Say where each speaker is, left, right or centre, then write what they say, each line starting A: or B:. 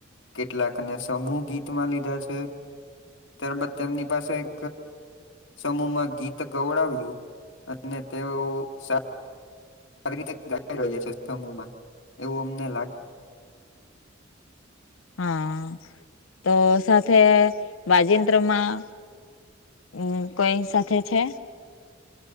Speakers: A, on the left; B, on the left.
A: કેટલાક ને સમૂહ ગીત માં લીધા છે ત્યારબાદ તેમની પાસે એક સમૂહમાં ગીત ગવડાવ્યું અને તેઓ સા <inaudible> સમૂહમાં એવું અમને લાગ
B: હા તો સાથે વાજેન્દ્રમાં હું કોઈ સાથે છે